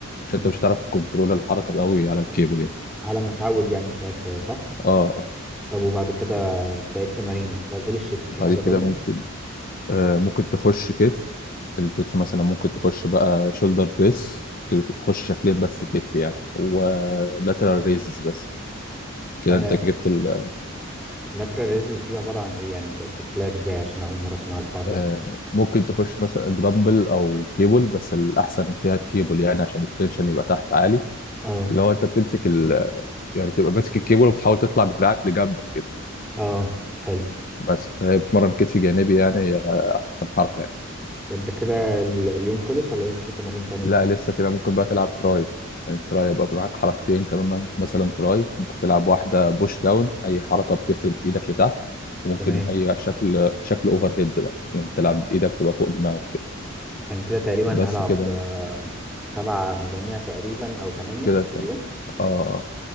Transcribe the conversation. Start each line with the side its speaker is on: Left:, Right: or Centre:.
Left: عشان
Centre: امم
Left: أنت مش هتعرف تكنترول الحركة أوي على الكيبل يعني
Centre: على ما اتعود يعني شويه شويه صح
Left: اه آه.
Centre: طب وبعد كده باقي التمارين انت قلت لي الشيست في
Left: بعد
Centre: حاجه
Left: كده
Centre: تاني
Left: ممكن آه، ممكن تخش كتف الكتف مثلا ممكن تخش بقى شولدر بريس تخش شكلين بس كتف يعني ولاترال ريزز بس كده
Centre: آه
Left: انت جبت ال...
Centre: lateral raises دي عباره عن ايه يعني ب- بتتلعب ازاي عشان اول مره اسمع الحوار ده
Left: آه، ممكن تخش مثلا بدمبل او كيبل بس الاحسن فيها الكيبل يعني عشان التنشن يبقى تحت عالي
Centre: اه
Left: اللي هو انت بتمسك ال... يعني بتبقى ماسك الكيبل وبتحاول تطلع بدراعك لجنبك كده
Centre: اه حلو
Left: بس فهي بتمرن كتف جانبي يعني هي احسن حركه
Centre: طب ده كده ال- اليوم خلص ولا لسه في تمارين تانية؟
Left: لا لسه كده ممكن بقى تلعب تراي يعني التراي يبقى معاك حركتين كمان من- مثلا تراي ممكن تلعب واحدة بوش داون أي حركة بتفرد إيدك لتحت وممكن
Centre: تمام
Left: أي شكل شكل أوفر هيد بقى إن أنت تلعب بإيدك تبقى فوق دماغك كده
Centre: يعني كده تقريبا
Left: بس
Centre: هلعب
Left: كده
Centre: آه، سبعة مجاميع تقريبا أو تمانية
Left: كده
Centre: في
Left: تمام.
Centre: اليوم
Left: آه